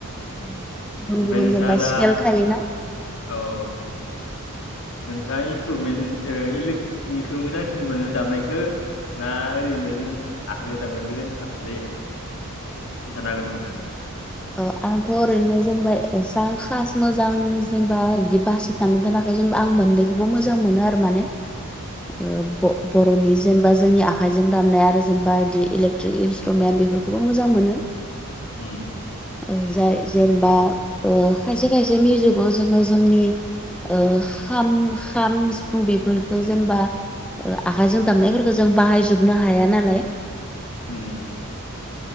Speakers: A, in the centre; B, on the left.
A: गुबुन
B: ओमफ्राय
A: गुबुन
B: नोंथाङा
A: जेनेबा
B: दा
A: स्केल थायोना
B: औ नोंथाङा इन्सट्रुमेन्ट इलेक्ट्रिकनिखौ मोजांसिन मोनो दामनायखौ ना ओरैनो जों आखाइजों दाबनायजों मोजां साबसिन जायो खोन्थानो हागोन नामा
A: <unintelligible> ओ आंथ' ओरैनो जेनेबा एसां खास मोजां जेनेबा बिदि बासि दाननो दोनाखै जेनबा आं मोननैखौबो मोजां मोनो आरो माने ओ ब बर'नि जेनबा जोंनि आखाइजों दामनाय आरो जेनबा इदि इलेक्ट्रिक इन्सट्रुमेन्ट बेफोरखौबो मोजां मोनो।
B: उम।
A: ओं जाय जेनबा ओ खायसे खायसे मिउजिकाव जोङो जोंनि ओ खाम- खाम, सिफुं बेफोरखौ जेनेबा ओ आखायजों दामनायफोरखौ जों बाहायजोबनो हाया नालाय
B: उम।